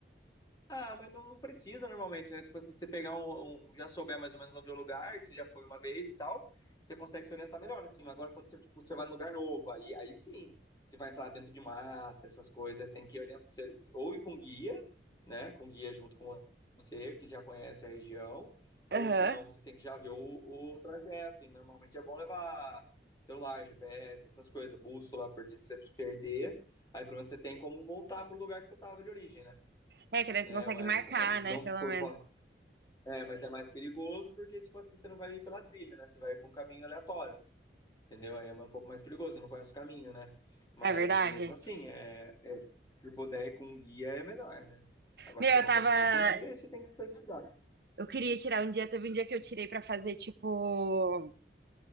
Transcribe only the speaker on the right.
Aham.
É, que daí
você consegue
marcar,
né,
pelo
menos.
É verdade.
Meu,
eu
tava.
Eu queria tirar um dia, teve um dia que eu tirei pra fazer, tipo,